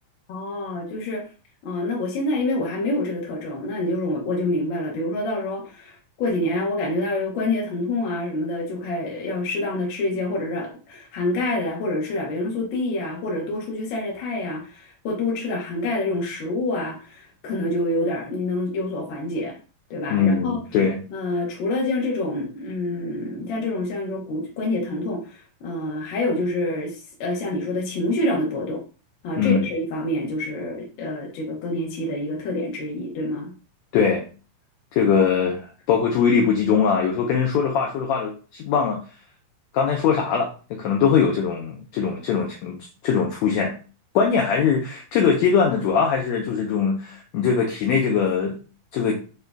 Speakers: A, on the left; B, on the left.
A: 哦，就是，嗯、那我现在因为我还没有这个特征，那你就是我我就明白了。比如说到时候过几年，我感觉到有关节疼痛啊什么的，就开要适当的吃一些，或者是含钙的呀，或者吃点维生素 D 呀、或者多出去晒晒太阳，或多吃点含钙的这种食物啊，可能就有点儿你能有所缓解，对吧？
B: 嗯，
A: 然后，
B: 对，
A: 呃，除了像这种，嗯，像这种像你说骨关节疼痛，呃，还有就是呃像你说的情绪上的波动。啊，
B: 嗯
A: 这也是一方面，就是呃，这个更年期的一个特点之一，对吗？
B: 对。这个包括注意力不集中啊，有时候跟人说着话，说着话的忘了刚才说啥了，那可能都会有这种这种这种情这种出现。关键还是这个阶段呢，主要还是就是这种你这个体内这个这个